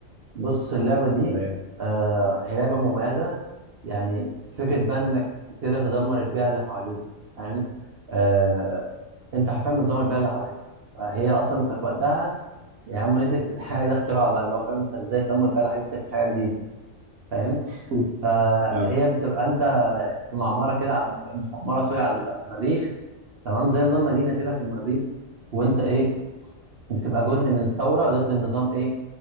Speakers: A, on the right; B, on the right.
A: بص اللعبه دي
B: تمام
A: آه هي لعبه مميزه يعني فكره بقى انك تقدر تدمر البيئه اللي حواليك فاهم آه، انت حرفيا بتدمر بيئه اللي حواليك فهي اصلا كانت وقتها يعني هم نزلت كانت الحاجه ده اختراع بقى اللي هو فاهم انت ازاي تدمر البيئه اللي حواليك دي كانت حاجه جديده فاهم
B: <laughs>
A: فهي
B: اه
A: بتبقى انت في معمره كده على مستعمره سوري على المريخ تمام زي نظام مدينه كده في المريخ وانت ايه بتبقى جزء من ثوره ضد النظام ايه